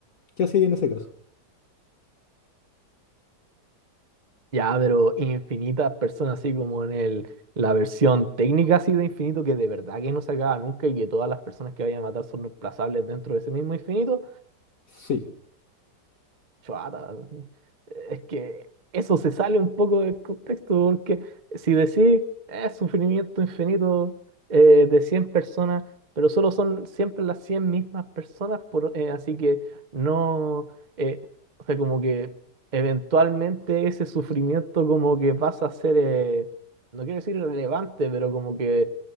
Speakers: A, on the left; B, on the right.
A: ¿Qué hacéis en ese caso?
B: Ya, pero infinitas personas, así como en el, la versión técnica así de infinito, que de verdad que no se acaba nunca y que todas las personas que vayan a matar son reemplazables dentro de ese mismo infinito,
A: Sí.
B: Chuata, es que eso se sale un poco del contexto, porque si decís es sufrimiento infinito eh, de 100 personas, pero solo son siempre las 100 mismas personas, por- eh, así que no, eh, o sea, como que eventualmente ese sufrimiento como que pasa a ser, eh, no quiero decir relevante, pero como que